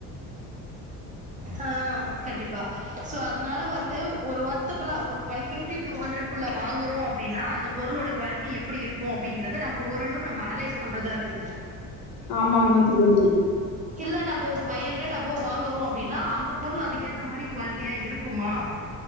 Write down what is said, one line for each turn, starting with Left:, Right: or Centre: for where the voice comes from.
Right: ஆஹ் கண்டிப்பா சோ அதனால வந்து ஒரு ஒத்தபல்ல ஒரு ஒன் பிப்டி டூ ஹண்ட்ரடள்ள வாங்குறோம் அப்படின்னா அந்த பொருளோட குவாலிட்டி எப்படி இருக்கும். அப்படிங்கறத நம்ம ஓரளவுக்கு நம்ம அனலைஸ் பண்றதா இருக்கு.
Left: ஆமா ஆமாக் சகோதரி
Right: இல்ல நம்ம ஒரு ஃபைவ் ஹண்ட்ரட் அபவ் வாங்குறோ. அப்படின்னா அந்த பொருள் அதுக்க ஏத்த மாரி குவாலிட்டியா இருக்குமா